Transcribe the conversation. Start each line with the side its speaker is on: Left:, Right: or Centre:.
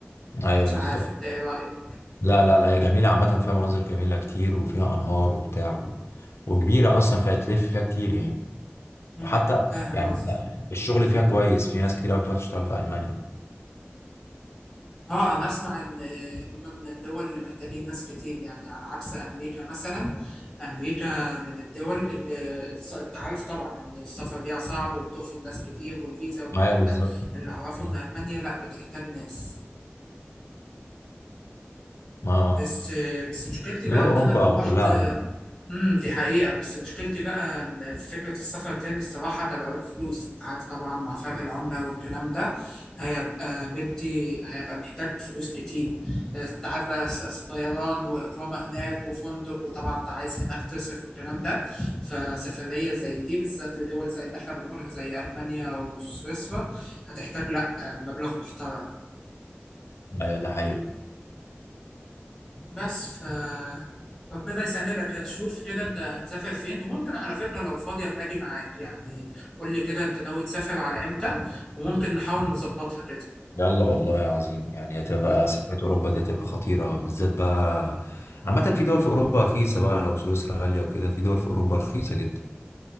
Left: ايوه
Centre: مش
Left: بالظبط
Centre: عارف انت ايه رايك
Left: لا لا لا هي جميله عامه فيها مناظر جميله كتير وفيها انهار وبتاع و... وكبيره اصلا فيها تلف فيها كتير يعني
Centre: مم،
Left: وحتى
Centre: فاهم
Left: يعني
Centre: قصدي
Left: الشغل فيها كويس في ناس كتير قوي بتروح تشتغل في المانيا
Centre: اه انا اسمع ان هم من الدول اللي محتاجين ناس كتير يعني على عكس امريكا مثلا امريكا من الدول اللي الص- انت عارف طبعا ان السفر ليها صعب وبترفض ناس كتير والفيزا والكلام
Left: ايوه بالظبط
Centre: ده اللي اعرفه
Left: ما
Centre: ان المانيا لا بتحتاج ناس
Left: ما-
Centre: بس بس مشكلتي
Left: دول
Centre: بقى ان
Left: اوروبا
Centre: انا لو رحت
Left: كلها
Centre: امم دي حقيقة بس مشكلتي بقى إن في فكرة السفر تاني الصراحة تبعت فلوس انت عارف طبعا مع فرق العملة والكلام ده هيبقى مدي هيبقى محتاج فلوس كتير انت عارف بقى س- س- طيران وإقامة هناك وفندق وطبعا انت عايز هناك تصرف والكلام ده فسفرية زي دي بالذات لدول زي اللي احنا بنقولها زي ألمانيا وسويسرا هتحتاج لا مبلغ محترم
Left: ايوه ده حقيقي
Centre: بس ف ربنا يسهلك يا شوف كده انت هتسافر فين وممكن على فكرة لو فاضي ابقى اجي معاك يعني قول لي كده انت ناوي تسافر على امتى وممكن نحاول نظبطها كده
Left: يلا والله يا عظيم يعني هتبقى
Centre: انت
Left: سفرية أوروبا دي هتبقى خطيرة بالذات بقى عامة في دول في أوروبا رخيصة بقى لو سويسرا غالية وكده في دول في أوروبا رخيصة جدا